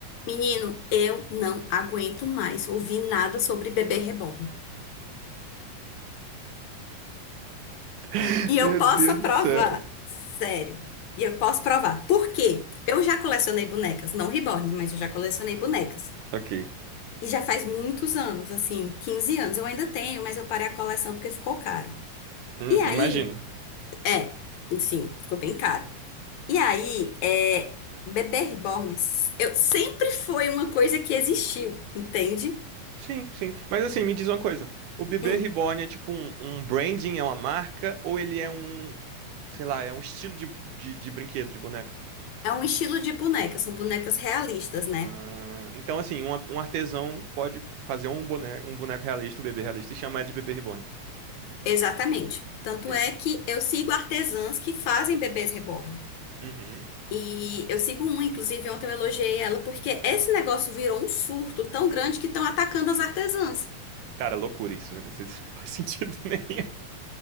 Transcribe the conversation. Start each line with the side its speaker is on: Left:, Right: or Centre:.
Left: Menino, eu não aguento mais ouvir nada sobre bebê reborn.
Right: <laughs>
Left: E
Right: Meu
Left: eu posso
Right: Deus
Left: provar,
Right: do céu.
Left: sério. E eu posso provar. Por quê? Eu já colecionei bonecas, não reborn, mas eu já colecionei bonecas.
Right: Ok.
Left: E já faz muitos anos, assim, 15 anos. Eu ainda tenho, mas eu parei a coleção porque ficou caro.
Right: Hum,
Left: E aí,
Right: imagino.
Left: é, sim, ficou bem caro. E aí, é, bebê reborn, eu sempre foi uma coisa que existiu, entende?
Right: Sim, sim. Mas assim, me diz uma coisa. O bebê
Left: Hum.
Right: reborn é tipo um, um branding, é uma marca, ou ele é um, sei lá, é um estilo de, de, de brinquedo, de boneco?
Left: É um estilo de boneca, são bonecas realistas, né?
Right: Ah, então, assim, um, a- um artesão pode fazer um boneco, um boneco realista, um bebê realista, e chamar ele de bebê reborn.
Left: Exatamente. Tanto
Right: Ok.
Left: é que eu sigo artesãs que fazem bebês reborn.
Right: Uhum.
Left: E eu sigo uma, inclusive ontem eu elogiei ela porque esse negócio virou um surto tão grande que estão atacando as artesãs.
Right: Cara, loucura isso. Isso não faz sentido <laughs> nenhum.